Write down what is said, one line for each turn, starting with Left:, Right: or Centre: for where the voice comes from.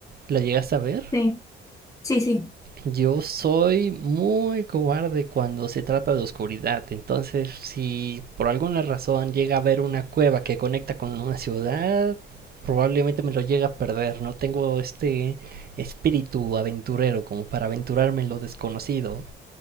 Right: ¿La llegaste a ver?
Left: Sí, sí, sí.
Right: Yo soy muy cobarde cuando se trata de oscuridad, entonces si por alguna razón llega a haber una cueva que conecta con una ciudad, probablemente me lo llegue a perder. No tengo este espíritu aventurero como para aventurarme en lo desconocido.